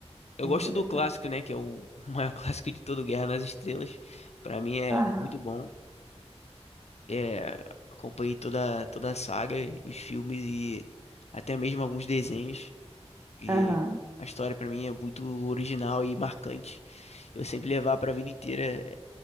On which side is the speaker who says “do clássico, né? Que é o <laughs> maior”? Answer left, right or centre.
Left